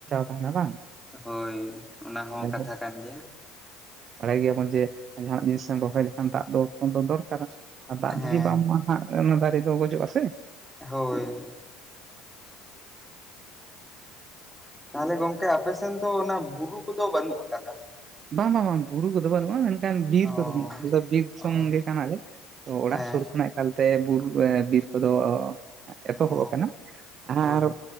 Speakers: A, on the right; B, in the centre.
A: ᱛᱟᱦᱮᱱᱟ ᱵᱟᱝ
B: ᱦᱳᱭ ᱚᱱᱟᱦᱚ
A: ᱛᱟᱦᱚᱞᱮ
B: ᱠᱟᱛᱷᱟ
A: ᱵᱚᱱ
B: ᱠᱟᱱ ᱜᱮᱭᱟ
A: ᱵᱟᱲᱟᱭ ᱜᱮᱭᱟᱵᱚᱱ ᱡᱮ ᱡᱟᱦᱟᱱᱟᱜ ᱡᱤᱱᱤᱥ ᱮᱢ ᱨᱚᱦᱚᱭ ᱞᱮᱠᱷᱟᱱ ᱫᱟᱜ ᱫᱚ ᱩᱱ ᱫᱚᱨᱠᱟᱨᱟ ᱟᱨ ᱫᱟᱜ
B: ᱦᱮᱸ
A: ᱡᱩᱫᱤ ᱵᱟᱢ ᱟᱢᱟᱜ-ᱟ ᱦᱟᱸᱜ ᱚᱱᱟ ᱫᱟᱨᱮ ᱫᱚ ᱜᱚᱡᱚᱜ ᱟᱥᱮ
B: ᱦᱳᱭ ᱛᱟᱦᱚᱞᱮ ᱜᱚᱝᱠᱮ ᱟᱯᱮ ᱥᱮᱱ ᱫᱚ ᱚᱱᱟ ᱵᱩᱨᱩ ᱠᱚᱫᱚ ᱵᱟᱹᱱᱩᱜ ᱠᱟᱫᱟ
A: ᱵᱟᱝ ᱵᱟᱝ ᱵᱟᱝ ᱵᱩᱨᱩ ᱠᱚᱫᱚ ᱵᱟᱹᱱᱩᱜᱼᱟ ᱢᱮᱱ ᱟᱱ ᱵᱤᱨ
B: ᱚ
A: ᱠᱚᱫᱚ ᱟᱞᱮ ᱫᱚ ᱵᱤᱨ
B: ᱚ
A: ᱥᱚᱝᱜᱮ ᱠᱟᱱᱟᱞᱮ ᱛᱚ ᱚᱲᱟᱜ
B: ᱦᱮᱸ
A: ᱥᱩᱨ ᱠᱷᱚᱱᱟᱜ ᱮᱠᱟᱞ ᱛᱮ ᱵᱩᱨᱩ ᱵᱤᱨ ᱠᱚᱫᱚ ᱮᱛᱚᱦᱚᱵ
B: ᱚ
A: ᱟᱠᱟᱱᱟ ᱟᱨ
B: ᱦᱳᱭ